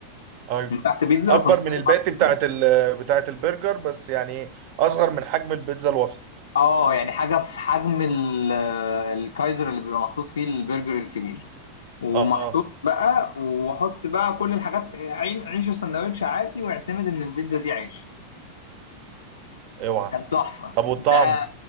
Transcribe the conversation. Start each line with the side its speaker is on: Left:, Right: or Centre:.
Right: ايوه
Left: من تحت بيتزا
Right: اكبر
Left: وفي النص
Right: من الباتي
Left: حط
Right: بتاعت
Left: برجر.
Right: ال... بتاعت البرجر بس يعني اصغر من حجم البيتزا الوسط
Left: اه يعني حاجة في حجم ال- الكايزر اللي بيبقى محطوط فيه البرجر الكبير ومحطوط
Right: اه آه.
Left: بقى وحط بقى كل الحاجات عين- عيش السندوتش عادي واعتمد ان البيتزا دي عيش
Right: اوعى
Left: كان تحفه
Right: طب والطعم
Left: ده